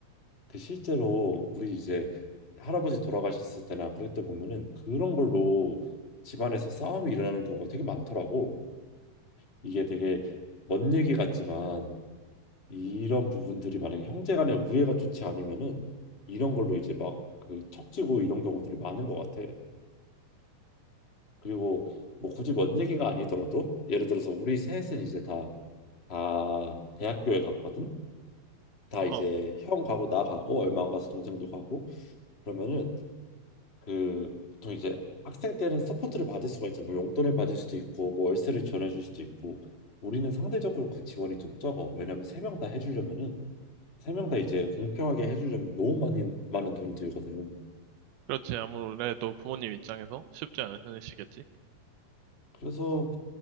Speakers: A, on the left (about 25°); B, on the right (about 85°).
A: 그 실제로 우리 이제 할아버지 돌아가셨을 때나 그럴 때 보면은 그런 걸로 집안에서 싸움이 일어나는 경우가 되게 많더라고. 이게 되게 먼 얘기 같지만 이런 부분들이 만약에 형제 간의 우애가 좋지 않으면은 이런 걸로 이제 막 그 척지고 이런 경우들이 많은 것 같아. 그리고 뭐 굳이 먼 얘기가 아니더라도 예를 들어서 우리 셋은 이제 다 다 대학교에 갔거든. 다
B: 어,
A: 이제 형 가고 나 가고 얼마 안 가서 동생도 가고 그러면은 그 보통 이제 학생 때는 서포트를 받을 수가 있죠. 뭐 용돈을 받을 수도 있고 뭐 월세를 지원해줄 수도 있고 우리는 상대적으로 그 지원이 좀 적어. 왜냐면 세 명 다 해주려면은 세 명 다 이제 공평하게 해주려면 너무 많이 많은 돈이 들거든.
B: 그렇지. 아무래도 부모님 입장에서 쉽지 않으시겠지.
A: 그래서